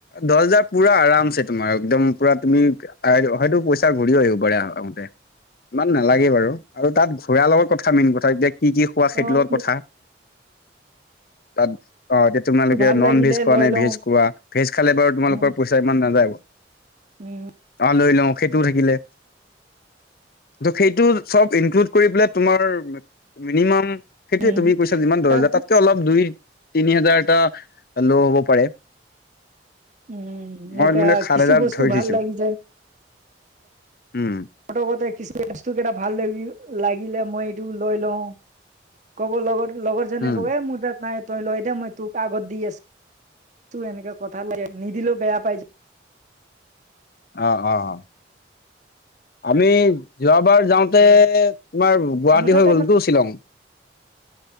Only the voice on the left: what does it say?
দহ হাজাৰ পুৰা আৰামছে তোমাৰ, একদম পুৰা তুমি হয়তো সেইটো পইচা ঘূৰি আহিব পাৰে, আহোতে। ইমান নালাগে বাৰু। আৰু তাত ঘূৰাৰ লগত কথা। মেইন কথা এতিয়া কি কি কোৱা
সেইতোৰ লগত কথা। তাত অহ, এতিয়া তোমালোকে
নন
ভেজ খোৱানে
ভেজ খোৱা, ভেজ খালে বাৰু তোমালোকৰ
পইচা ইমান নাযায়। অহ,
লৈ লওঁ সেইটোও থাকিলে। ত' সেইটো চব ইনক্লুড কৰি পেলাই তোমাৰ মিনিমাম সেইটোৱে
তুমি কৈছা যিমান দহ
হাজাৰ,
তাতকে অলপ দুই তিনি হাজাৰ এটা ল' হ'ব পাৰে।
মই
মানে সাত
হাজাৰ
ধৰি
থৈছো
উম।
উম,
অহ', অহ', অহ' আমি যোৱাবাৰ যাওঁ
তে' তোমাৰ গুৱাহাটী
হৈ গ'লেটো শ্বিলং।